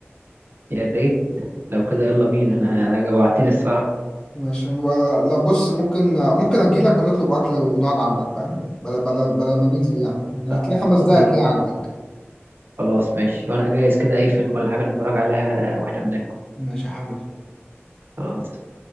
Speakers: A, on the right; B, on the left.
A: يا ريت لو كده يلا بينا انا جوعتني الصراحه
B: ماشي و- لا بص ممكن ممكن اجي لك ونطلب اكل ونقعد عندك فاهم بدل بدل بدل ما ننزل يعني هتلاقي
A: بقى
B: خمس دقايق هتلاقي عندك
A: خلاص ماشي وانا جاهز كده اي فيلم ولا حاجة نتفرج عليها واحنا بناكل
B: ماشي يا حبيبي
A: خلاص